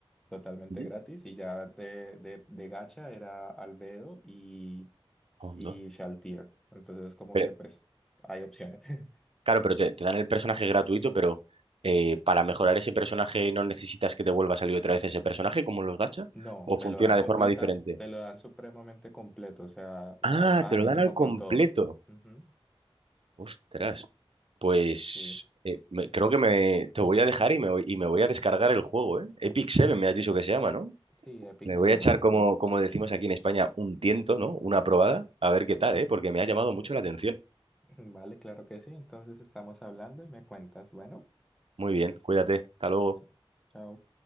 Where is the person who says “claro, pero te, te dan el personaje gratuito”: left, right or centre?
Right